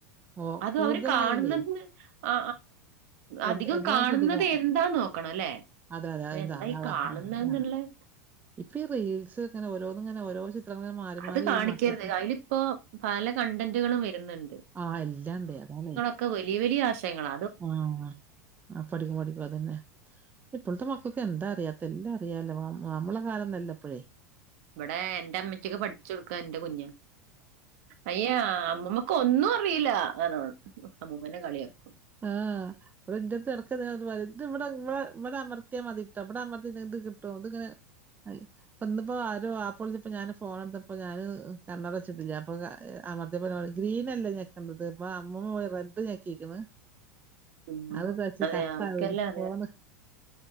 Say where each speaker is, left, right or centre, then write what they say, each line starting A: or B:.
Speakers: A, on the right; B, on the right.
A: ഓ
B: അത്
A: കൂടുതലായാലേ
B: അവര് കാണുന്നത് ആ
A: എന്ത്
B: അധികം
A: എന്താ
B: കാണുന്നത്
A: ശ്രദ്ധിക്കണം.
B: എന്താ നോ നക്കണല്ലേ
A: അതെ, അതെ. അതെന്താ
B: എന്താ
A: അതാ അതാ.
B: കാണുന്നന്നുള്ളേ
A: ആഹ് അതാണ്. ഇപ്പൊ റീൽസ് ഇങ്ങനെ ഓരെന് ഇങ്ങന ഓരോ ചിത്രങ്ങൾ ഇങ്ങനെ മാറി
B: അത്
A: മാറി
B: കാണിക്കരുത്.
A: വരും മക്കൾക്ക്.
B: അതിലിപ്പോ പല കണ്ടന്റുകളും വരുന്നുണ്ട്.
A: ആഹ് എല്ലാംണ്ടാ അതാണ്.
B: ഒകൊ വലിയ വലിയ ആശയങ്ങള.
A: ആഹ ആ പഠിക്കും പഠിക്കും അതന്നെ ഇപ്പോഴത്തെ മക്കൾക്ക് എന്താ അറിയാത്ത്. എല്ലാം അറിയാലോ നമ്മളെ കാലംന്നല്ല എപ്പോഴേ
B: ഇവിടെ എന്റെ അമ്മയ്ക്കൊക്കെ പഠിച്ച കൊടുക്കാ എന്റെ കുഞ്ഞ് അയ്യ അമ്മുമ്മ ഒന്നും അറിയില്ല അങ്ങന അമ്മൂമ്മനെ കളിയാക്കും
A: ആഹ്. ഇവിടെ എന്റെ അടുത്ത് വനങ്ങട് പറയും ഇവിടെടെവിടെമ കട്ടിയ മാതിട്ട അവിട മ കിട്ടും ഇത് ഇങ്ങനെ ഇപ്പ ഇന്നിപ്പോ ആ വരെ വപ്പ ളിച്ചപം ഞാന് ഫോണ് എടുതപ്പോ ഞാന് കണ്ണട വെിട്ടില്ല. അപ്പൊ അമർത്തിയ ഗ്രീനല്ലേ ഞക്കേണ്ടത് ഇപ്പൊ അമ്മ പോയി റെഡ് ഞക്കിരിക്കുന്ന്.
B: ഉം.
A: അത് കുറച്ച്
B: അതെ
A: ട്ടാഫണ്
B: അവർക്കെല്ലാം
A: ഫോണ്.